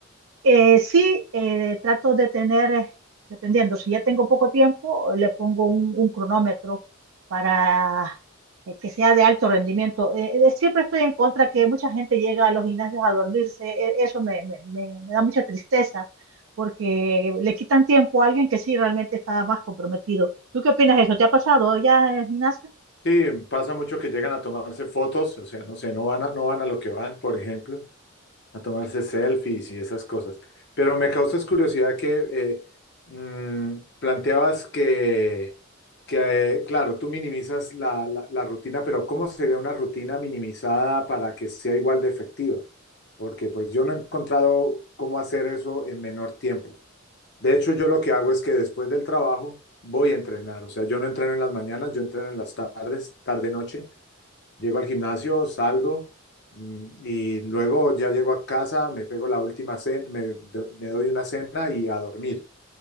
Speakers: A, on the right; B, on the left.
A: Eh, sí, eh, trato de tener, eh, dependiendo, si ya tengo poco tiempo, le pongo un, un cronómetro para eh, que sea de alto rendimiento. Eh, eh, siempre estoy en contra que mucha gente llega a los gimnasios a dormirse. e- eso me, me- me- me da mucha tristeza porque le quitan tiempo a alguien que sí realmente está más comprometido. ¿Tú qué opinas de eso? ¿Te ha pasado ya en el gimnasio?
B: Sí, pasa mucho que llegan a tomarse fotos, o sea, no sé, no van a, no van a lo que van, por ejemplo. a tomarse selfies y esas cosas. Pero me causas curiosidad que eh, mm, planteabas que, que, eh, claro, tú minimizas la, la- la rutina, pero ¿cómo sería una rutina minimizada para que sea igual de efectiva? Porque pues yo no he encontrado cómo hacer eso en menor tiempo. De hecho, yo lo que hago es que después del trabajo voy a entrenar. O sea, yo no entreno en las mañanas, yo entreno en las tardes, tarde-noche. Llego al gimnasio, salgo mm, y luego ya llego a casa, me pego la última cena, me, do- me doy una cena y a dormir,